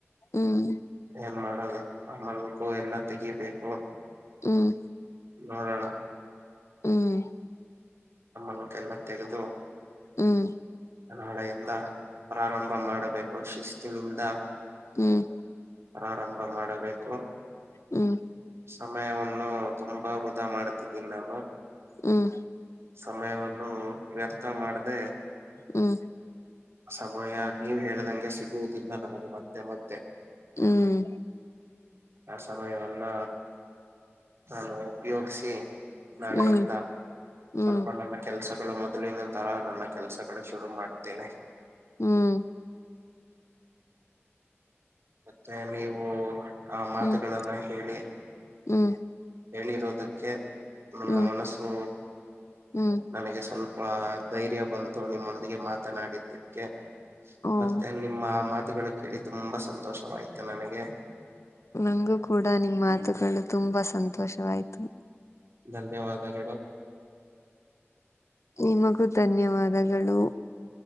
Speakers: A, on the left; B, on the right.
A: ಹ್ಮ್
B: ಏನ್ ಮಾಡದು ಆ ಮಕು ಎಲ್ಲಾ ತೆಗಿಬೇಕು
A: ಹ್ಮ್
B: ನೋಡಣ
A: ಹ್ಮ್
B: ನಮ್ಮಗೆ ಎಲ್ಲ ತೆಗೆದು
A: ಹ್ಮ್
B: ನಾಳೆಯಿಂದ ಪ್ರಾರಂಭ ಮಾಡಬೇಕು ಶಿಸ್ತಿನಿಂದ
A: ಹ್ಮ್
B: ಆರಂಭ ಮಾಡಬೇಕು
A: ಹ್ಮ್.
B: ಸಮಯವನ್ನು ತುಂಬಾ ವೃಧಾ ಮಾಡ್ತಿದ್ದೀನಿ ನಾನು.
A: ಹ್ಮ್.
B: ಸಮಯವನ್ನು ವ್ಯರ್ಥ ಮಾಡದೆ
A: ಹ್ಮ್.
B: ಸಮಯ ನೀವ್ ಹೇಳದಂಗೆ ಸಿಗುವುದಿಲ್ಲ ನಮಗೆ ಮತ್ತೆ ಮತ್ತೆ.
A: ಹ್ಮ್.
B: ಆ ಸಮಯವನ್ನ ನಾನು ಉಪಯೋಗ್ಸಿ ನಾಳೆಯಿಂದ
A: ಹ್ಮ್ ಹ್ಮ್ ಹ್ಮ್
B: ಸ್ವಲ್ಪ ನನ್ನ ಕೆಲ್ಸ ಗಳು ಮೊದಲಿನ ತರ ನನ್ನ ಕೆಲಸಗಳು ಶುರು ಮಾಡುತ್ತೇನೆ.
A: ಹ್ಮ್.
B: ಮತ್ತೆ ನೀವು ಆ ಮಾತುಗಳನ್ನ
A: ಹ್ಮ್
B: ಹೇಳಿ
A: ಹ್ಮ್
B: ಹೇಳಿರುದಕ್ಕೆ ನನ್ನ
A: ಹ್ಮ್
B: ಮನಸ್ಸು
A: ಹ್ಮ್
B: ನನಗೆ ಸ್ವಲ್ ಪ ಧೈರ್ಯ ಬಂತು ನಿಮ್ಮೊಂದಿಗೆ ಮಾತನಾಡಿದ್ದಕ್ಕೆ ಮತ್ತೆ
A: ಓ
B: ನಿಮ್ಮ ಆ ಮಾ ತುಗಳು ಕೇಳಿ ತುಂಬಾ ಸಂತೋಷವಾಯ್ತು ನನಗೆ.
A: ನಂಗೂ ಕೂಡ ನಿಮ್ ಮಾತುಗಳು ತುಂಬಾ ಸಂತೋಷವಾಯ್ತು.
B: ಧನ್ಯವಾದಗಳು.
A: ನಿಮಗೂ ಧನ್ಯವಾದಗಳು.